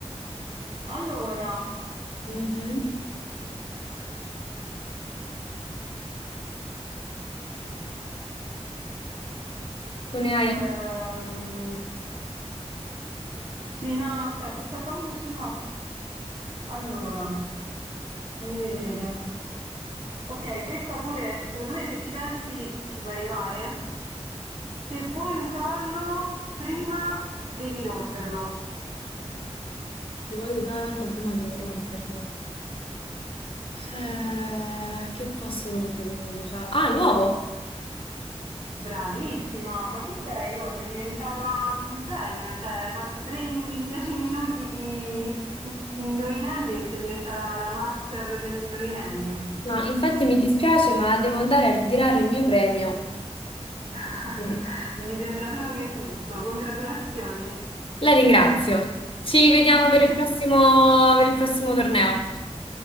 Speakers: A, on the right; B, on the left.
A: Allora.
B: Mhm. Tu ne hai?
A: Ehm, sì, no, no, aspetta, aspetta, oh, no, ce l'ho. Allora, fammi vedere. Ok, questa pure, secondo me, se ci pensi, ci può arrivare. Se vuoi usarlo, prima devi romperlo.
B: Se vuoi usarlo prima devo romperlo. Eh, che posso rompere prima di usarlo? Ah, l'uovo!
A: Bravissima, ma chi sei? Oh, sei diventata un genio, cioè hai fatto training in 10 minuti di indovinelli e sei diventata la master degli indovinelli.
B: No, infatti mi dispiace, ma devo andare a ritirare il mio premio.
A: <laughs>
B: Sì.
A: E mi sembra solo che è giusto. Congratulazioni.
B: La ringrazio. Ci vediamo per
A: <laughs>
B: il prossimo, per il prossimo torneo.